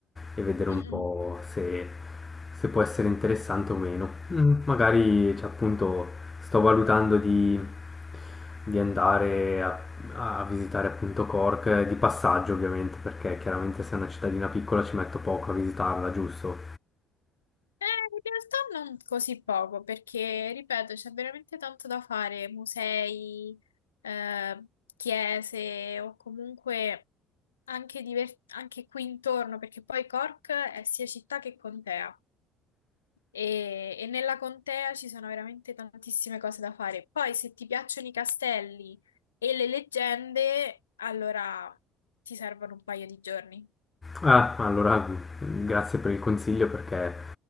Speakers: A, on the left; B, on the left.
A: e, e vedere
B: Mm-mm.
A: un po' se, se può essere interessante o meno. Mm, magari, cioè, appunto, sto valutando di, di andare a, a visitare appunto Cork, eh, di passaggio ovviamente, perché chiaramente se è una cittadina piccola ci metto poco a visitarla, giusto?
B: Eh, in realtà non così poco, perché, ripeto, c'è veramente tanto da fare, musei, eh, chiese o comunque anche, diver- anche qui intorno, perché poi Cork è sia città che contea. E, e nella contea ci sono veramente tantissime cose da fare. Poi, se ti piacciono i castelli e le leggende, allora ti servono un paio di giorni.
A: Ah, allora grazie per il consiglio perché